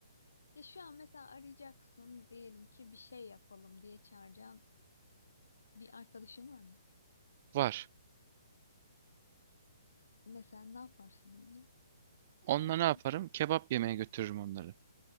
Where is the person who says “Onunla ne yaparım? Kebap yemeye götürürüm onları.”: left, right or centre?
Right